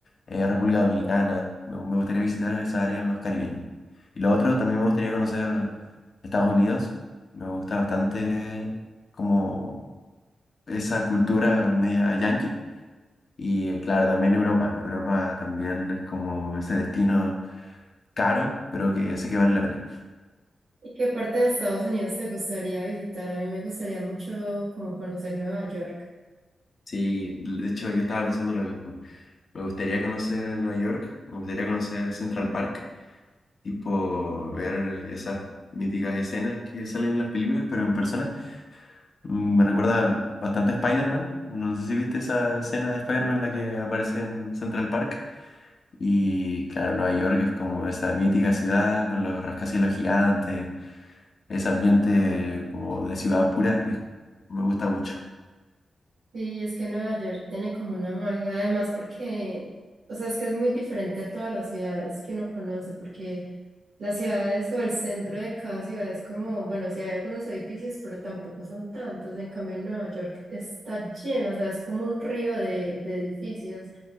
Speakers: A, on the left; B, on the right.
A: eh, República Dominicana, me, me gustaría visitar esa área más caribeña. Y lo otro, también me gustaría conocer Estados Unidos, me gusta bastante como esa cultura media yankee. Y eh, claro, también Europa. Europa también es como ese destino caro, pero que sé que vale la pena.
B: ¿Y qué parte de Estados Unidos te gustaría visitar? A mí me gustaría mucho como conocer Nueva York.
A: Sí, de hecho yo estaba pensando lo mismo. Me gustaría conocer Nueva York, me gustaría conocer Central Park, tipo ver esas míticas escenas que salen en las películas, pero en persona. Mm, Me recuerda bastante a Spider-Man. No sé si viste esa escena de Spider-Man en la que aparece en Central Park. Y claro, Nueva York es como esa mítica ciudad con los rascacielos gigantes, ese ambiente como de ciudad pura, es- me gusta mucho.
B: Sí, es que Nueva York tiene como una magia, además porque, o sea, es que es muy diferente a todas las ciudades que uno conoce, porque las ciudades o el centro de cada ciudad es como, bueno, sí hay algunos edificios, pero tampoco son tantos. En cambio, en Nueva York está lleno, o sea, es como un río de, de edificios.